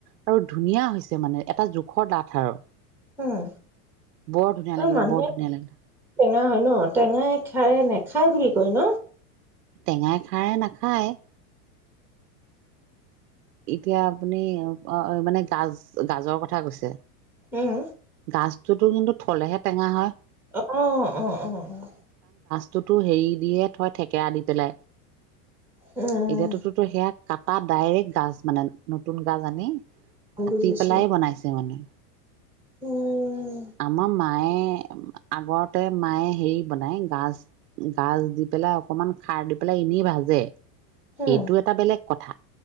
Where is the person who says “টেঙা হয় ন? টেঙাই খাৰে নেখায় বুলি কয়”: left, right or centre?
Centre